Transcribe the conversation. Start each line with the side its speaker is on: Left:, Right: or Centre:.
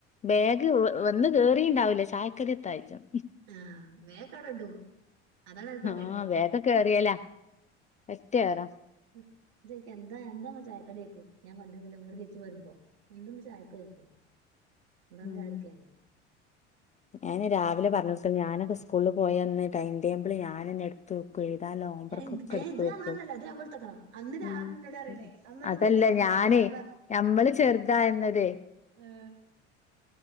Left: ബാഗ് വെ വന്ന് കേറിണ്ടാവുല്ല ചായക്കടി എത്തായ്ച്ചും
Right: ആഹ് വേക്കാവുടെ ഇടും അതാണ് അവർക്ക്
Left: ആഹ്
Right: അറിയണ്ടേ
Left: വേക കേറിയല്ല <unintelligible>
Right: ഉം <unintelligible> എന്താ എന്താമ്മ ചായക്കടി ചോയ്ക്കും ഞാൻ കൊണ്ടചെല്ലുമ്പോ ഇങ്ങട്ട് തിരിച്ചുപോരുമ്പോ എന്താന്ന് ചായക്കയ്ക്കും. ഇവടെവന്ന്
Left: ഉം
Right: ചായടിക്കനേ
Left: ഞാന് രാവിലെ പറഞ്ഞൊക്കും ഞാനക്ക സ്കൂള്ല് പോയന്ന് ടൈംടേബിള് ഞാനന്നെ എടുത്ത് വെക്കുവേം എന്നിട്ട് ആ ലോമ്പർക്കൊക്കെ
Right: ഏഹ് ഏഹ്
Left: എടുത്ത്
Right: ഇത്
Left: വെക്കും
Right: അങ്ങനൊന്നല്ല ഇത് ഞമ്മള്ട്ത്തക്കണം അന്ന് രാവിലെ
Left: ഉം ഉം
Right: ഇന്നോട് പറയണേ അമ്മ അന്റെ
Left: അതല്ല
Right: ടൈം ടേബിൾ ഇട്ത്തക്കെ
Left: ഞാനേ
Right: അപ്പൊ ഞാൻ
Left: നമ്മള് ചെറുതായെന്നത്തെ
Right: ഉം